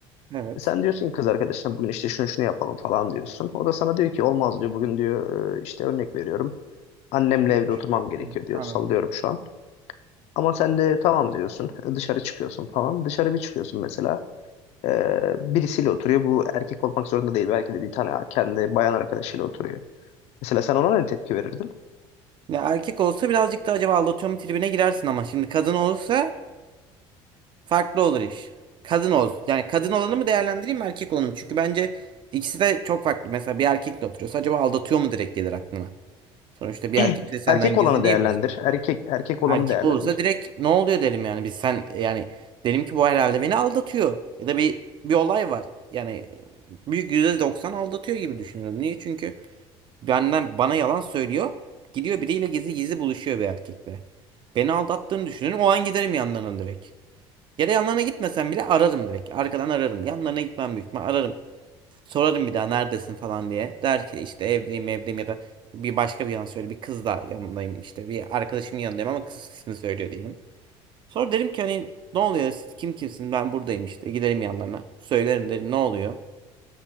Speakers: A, on the right (about 45°); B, on the left (about 65°).
A: Evet.
B: E sen diyorsun ki kız arkadaşına bugün işte şunu şunu yapalım falan diyorsun. O da sana diyor ki olmaz diyor. Bugün diyor e, işte örnek veriyorum. Annemle
A: Yapıyordur.
B: evde oturmam gerekiyor
A: Hı.
B: diyor.
A: Anladım.
B: Sallıyorum şu an. Ama sen de tamam diyorsun. E, Dışarı çıkıyorsun falan. Dışarı bir çıkıyorsun mesela. Ee, birisiyle oturuyor. Bu erkek olmak zorunda değil. Belki de bir tane kendi bayan arkadaşıyla oturuyor. Mesela sen ona ne tepki verirdin?
A: Ya erkek olsa birazcık da acaba aldatıyor mu tribine girersin ama şimdi kadın olursa farklı olur iş. Kadın ol. Yani kadın olanı mı değerlendireyim mi erkek olanı mı? Çünkü bence ikisi de çok farklı. Mesela bir erkekle oturuyorsa acaba aldatıyor mu direkt gelir aklına. Sonuçta
B: <clears throat>
A: bir erkek de senden
B: Erkek
A: gizli
B: olanı
A: niye
B: değerlendir.
A: bu?
B: Erkek erkek olanı
A: Erkek
B: değerlendir.
A: olursa direkt ne oluyor derim yani. Biz sen yani derim ki bu herhalde beni aldatıyor. Ya da bir bir olay var. Yani büyük %90 aldatıyor gibi düşünüyorum. Niye? Çünkü Benden bana yalan söylüyor. Gidiyor biriyle gizli gizli buluşuyor bir erkekle. Beni aldattığını düşünüyorum. O an giderim yanlarına direkt. Ya da yanlarına gitmesem bile ararım direkt. Arkadan ararım. Yanlarına gitmem büyük ihtimal ararım. Sorarım bir daha neredesin falan diye. Der ki işte evdeyim evdeyim ya da bir başka bir yan söyle. Bir kız da yanındayım işte. Bir arkadaşımın yanındayım ama kız ismini söylüyor diyelim. Sonra derim ki hani ne oluyor siz kim kimsin ben buradayım işte. Giderim yanlarına. Söylerim derim ne oluyor.